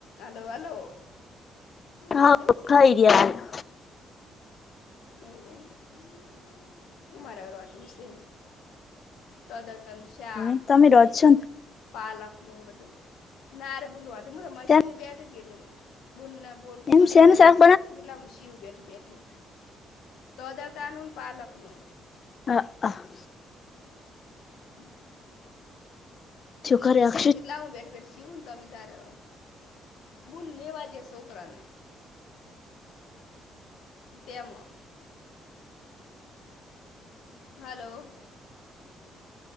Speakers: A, on the left (about 80°); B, on the left (about 45°).
A: હલો હલો.
B: હા
A: કાધું
B: પ એ રહિયા <unintelligible>
A: નિવડીમ <unintelligible> હ મારા વાતું છે તોદર તન શાખને
B: હમ તમે રોજ છો
A: પાલક નું બધું, નારે બૂદધા
B: ને
A: મશીને બેઠ કીધું બૂને બોલ
B: એમ
A: કટિંગ
B: શેનું
A: કરલાું
B: શાક
A: પડી તોું ગલામાં સી બેઠ બેઠી. તોદ તાન પાલકનું.
B: હ અ
A: હમ <inaudible>
B: શુક્રિયા <unintelligible>
A: કેટલા હું બેઠ બેઠ છુંને તમે તારે બૂન લેવા જ છોકરાને. તેમ. Hello.